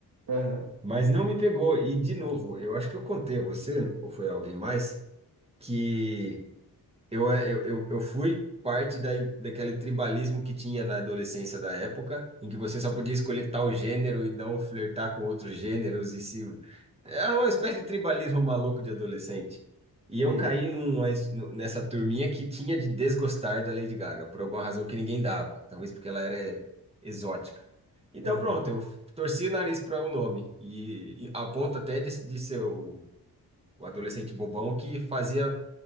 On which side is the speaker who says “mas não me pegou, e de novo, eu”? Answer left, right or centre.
Right